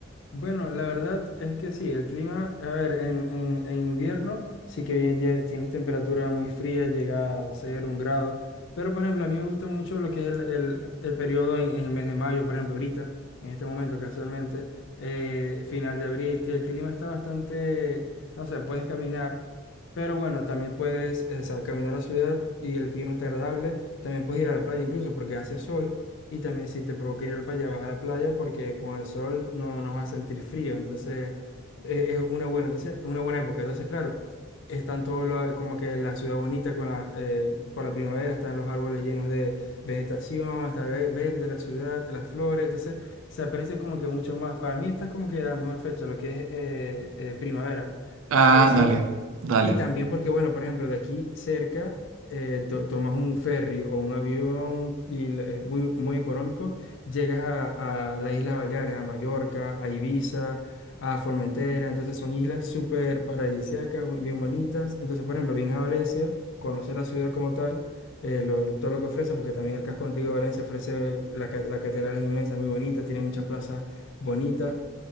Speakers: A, on the left; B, on the right.
A: Bueno, la verdad es que sí, el clima, a ver, en, en- en invierno sí que bien lle- tienes temperatura muy fría, llega a ser un grado, pero por ejemplo, a mí me gusta mucho lo que es el, el- el periodo en, en el mes de mayo, por ejemplo, ahorita, en este momento casualmente, eh, final de abril, que el clima está bastante, no sé, puedes caminar, pero bueno, también puedes, eh, o sea, caminar a la ciudad y el clima está agradable, también puedes ir a la playa incluso porque hace sol. Y también si te provoca ir al playa, vas a la playa porque con el sol no nos va a sentir frío. Entonces e- es, una buena, entonces, es una buena época. Entonces, claro, están todo lo- como que la ciudad bonita con la, eh, por la primavera, están los árboles llenos de vegetación, está ve- verde la ciudad, las flores. Entonces se aprecia como que mucho más. Para mí esta es como que la mejor fecha, lo que es eh, eh, primavera.
B: Ah,
A: Entonces
B: dale, dale.
A: y también porque, bueno, por ejemplo, de aquí cerca eh, to- tomas un ferry o un avión y la- es muy, muy económico, llegas a, a las Islas Baleares, a Mallorca, a Ibiza, a Formentera, entonces son islas súper paradisíacas, bu- bien bonitas. Entonces, por ejemplo, vienes a Valencia, conoces la ciudad como tal, eh, lo- todo lo que ofrece, porque también el casco antiguo de Valencia ofrece, la, ca- la catedral es inmensa, muy bonita, tiene muchas plazas bonitas.